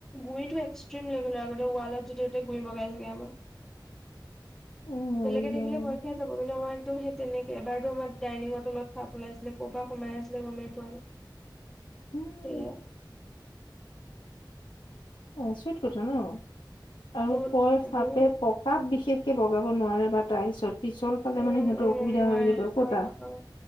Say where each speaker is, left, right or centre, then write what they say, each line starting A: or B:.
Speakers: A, in the centre; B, on the left (about 85°).
A: গুৰিতো এক্সট্ৰিম লেভেলৰ আগতে ৱালত যতে ততে গুৰি বগাই থাকে আমাৰ <inaudible>
B: উম
A: বেলেগে দেখিলে ভয় খাই যাব কিন্তু আমাৰ একদম সেই তেনেকে এবাৰতো আমাৰ ডাইনিংৰ তলত সাপ ওলাইছিলে ক'ৰ পা সোমাই আছিলে গমেই পোৱা নাই
B: উ
A: সেইয়া
B: অ আচৰিত কথা ন আৰু
A: বহুত
B: কৰ চাপে
A: বহুত
B: পক কাত বিশেষকে বগাব নোৱাৰে বা টাইলছত পিছল পালে
A: উম
B: মানে সিহঁতৰ
A: উম
B: অসুবিধা
A: নোৱাৰে
B: হয় বুলি কয় ক'তা
A: অ' অ'